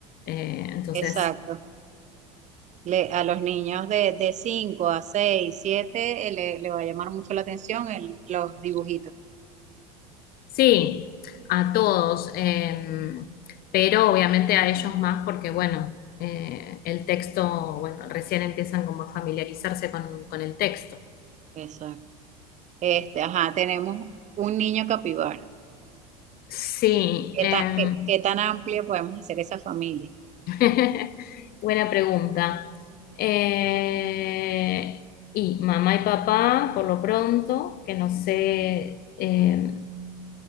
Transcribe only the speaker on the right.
Exacto. Le, a los niños de, de 5 a 6 7 eh, le, le va a llamar mucho la atención el, los dibujitos.
Exacto. Este, ajá, tenemos un niño capibara.
¿Qué
tan, qué, qué tan amplia podemos hacer esa familia?